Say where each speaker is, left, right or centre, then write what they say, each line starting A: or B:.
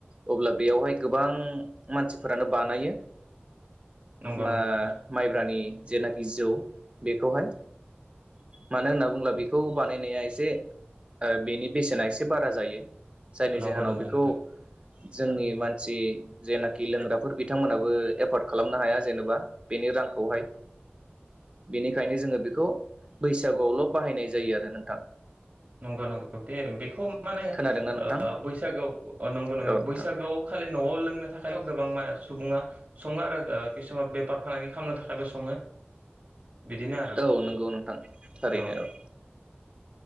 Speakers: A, on the right (about 30°); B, on the right (about 55°).
A: अब्ला बेयावहाय गोबां मानसिफोरानो बानायो
B: नंगौ
A: मा
B: नंगौ नोंथां
A: माइब्रानि जेनाखि जौ बेखौहाय मानो होनना बुङोब्ला बेखौ बानायनाया एसे अ बेनि बेसेना एसे बारा जायो जायनि
B: नंगौ
A: जाहोनाव
B: नंगौ
A: बेखौ
B: नोंथां
A: जोंनि मानसि जेनाखि लोंग्राफोर बिथांमोनाबो एफर्ड खालामनो हाया जेनेबा बेनि रांखौहाय बेनिखायनो जोङो बेखौ बैसागुआवल' बाहायनाय जायो आरो नोंथां
B: नंगौ नंगौ बे बेखौ माने
A: खोनादोंना नोंथां
B: बैसागोआव नंगौ नंगौ
A: औ
B: बैसागोआव
A: नोंथां
B: खालि न'आव लोङो नो थाखायल' गोबां सुबुङा सङो आरो किसुमान बेफार फालांगि खालामनो थाखायबो सङो बिदिनो आरो
A: औ नंगौ नोंथां थारैनो
B: अ
A: औ